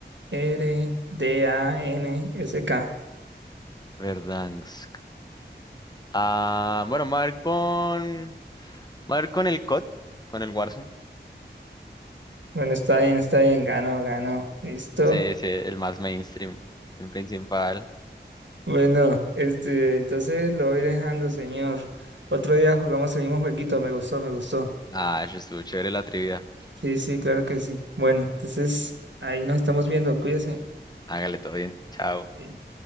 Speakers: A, on the right; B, on the left.
A: R, D, A, N, S, K.
B: Verdansk. Ah, bueno, me voy a ir con. me voy a ir con el COD, con el Warzone.
A: Bueno, está bien, está bien. Ganó, ganó. Listo.
B: Sí, sí, el más mainstream, el principal.
A: Bueno, este, entonces lo voy dejando, señor. Otro día jugamos el mismo jueguito, me gustó, me gustó.
B: Ah, eso estuvo chévere la trivia.
A: Sí, sí, claro que sí. Bueno, entonces ahí nos estamos viendo, cuídese.
B: Hágale todo bien. Chao.
A: Bien.